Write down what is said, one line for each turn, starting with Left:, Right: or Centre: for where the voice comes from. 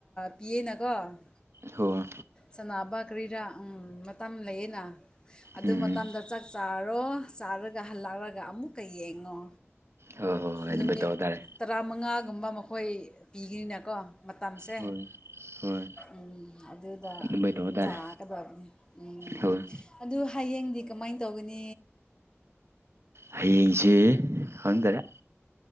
Left: ꯄꯤꯌꯦꯅꯀꯣ
Right: ꯍꯣꯏ ꯍꯣꯏ
Left: ꯁꯅꯕ ꯀꯔꯤꯔꯥ ꯃꯇꯝ ꯂꯩꯌꯦꯅ ꯑꯗꯨ
Right: ꯎꯝ
Left: ꯃꯇꯝꯗ ꯆꯥꯛ ꯆꯥꯔꯣ ꯆꯥꯔꯒ ꯍꯜꯂꯛꯑꯒ ꯑꯃꯨꯛꯀ ꯌꯦꯡꯉꯣ
Right: ꯍꯣꯏ ꯍꯣꯏ ꯍꯣꯏ ꯑꯗꯨꯅꯝ
Left: ꯅꯨꯃꯤꯠ
Right: ꯇꯧꯕꯇꯥꯥꯔꯦ
Left: ꯇꯔꯥꯃꯉꯥꯒꯨꯝꯕ ꯃꯈꯣꯏ ꯄꯤꯒꯅꯤꯅꯦꯀꯣ ꯃꯇꯝꯁꯦ
Right: ꯍꯣꯏ ꯍꯣꯏ
Left: ꯎ ꯑꯗꯨꯗ
Right: ꯑꯗꯨꯃꯥꯏꯅ ꯇꯧꯕ ꯇꯥꯔꯦ
Left: ꯆꯥꯀꯕꯕꯅꯤ ꯎꯝ
Right: ꯍꯣꯏ
Left: ꯑꯗꯨ ꯍꯌꯦꯡꯗꯤ ꯀꯃꯥꯏꯅ ꯇꯧꯒꯅꯤ
Right: ꯍꯌꯦꯡꯁꯦ ꯈꯪꯗꯔꯦ